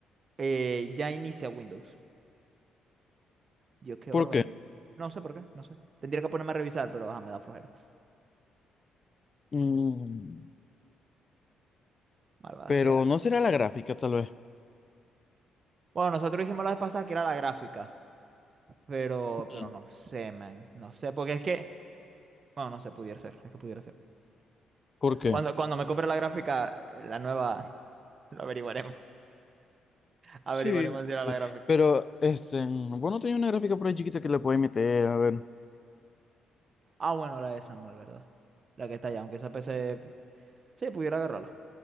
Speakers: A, on the right; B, on the left.
A: eh, ya inicia Windows. Dios, qué
B: ¿Por
A: barbaridad.
B: qué?
A: No sé por qué, no sé. Tendría que ponerme a revisar, pero ajá, me da flojera.
B: Mm,
A: Malvada
B: pero
A: sea.
B: no será la gráfica, tal vez.
A: Bueno, nosotros dijimos la vez pasada que era la gráfica. Pero,
B: Ujú,
A: pero no sé, man. No sé, porque es que. Bueno, no sé, pudiera ser, es que pudiera ser.
B: ¿Por qué?
A: Cuando, cuando me compre la gráfica, eh, la nueva, <laughs> lo averiguaremos. Averiguaremos
B: Sí, puede
A: si era
B: ser.
A: la gráfica.
B: Pero, este, bueno, tenía una gráfica por ahí chiquita que le podéis meter, a ver.
A: Ah, bueno, la de Samuel, ¿verdad? La que está allá, aunque esa PC, sí, pudiera agarrarla.